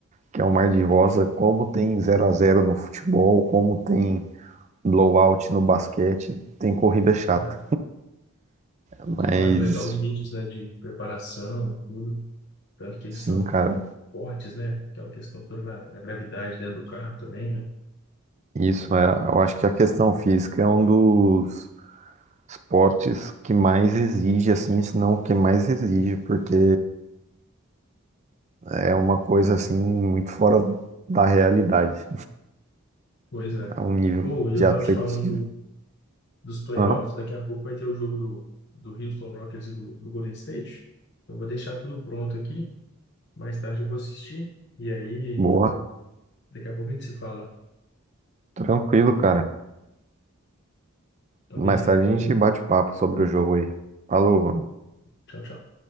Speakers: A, on the right (about 35°); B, on the left (about 55°).
A: que é o Mar de Rosa, como tem zero a zero no futebol, como tem blowout no basquete, tem corrida chata.
B: Ah,
A: Mas
B: eu gosto de levar os vídeos, né, de preparação, tudo. Tanto que eles
A: sim,
B: são
A: cara,
B: fortes, né? Aquela questão toda da, da gravidade dentro do carro também, né?
A: isso é, eu acho que a questão física é um dos esportes que mais exige assim, se não o que mais exige, porque é uma coisa assim muito fora da realidade.
B: Pois é.
A: É um nível
B: Pô, e eu
A: de atletismo.
B: tava te falando dos playoffs,
A: Ah,
B: daqui a pouco vai ter o jogo do, do Houston Rockets e do, do Golden State. Eu vou deixar tudo pronto aqui, mais tarde eu vou assistir, e aí
A: boa,
B: daqui a pouco a gente se fala.
A: tranquilo, cara.
B: Então,
A: Mais
B: beleza.
A: tarde
B: Falou,
A: a gente bate papo sobre o jogo aí. Falou, mano.
B: tchau, tchau.